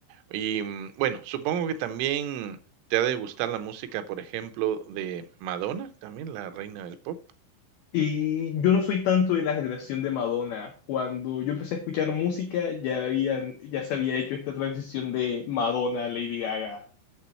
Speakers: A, on the right; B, on the left.
A: Y mm, bueno, supongo que también te ha de gustar la música, por ejemplo, de Madonna, también la reina del pop.
B: Y yo no soy tanto de la generación de Madonna. Cuando yo empecé a escuchar música, ya habían, ya se había hecho esta transición de Madonna a Lady Gaga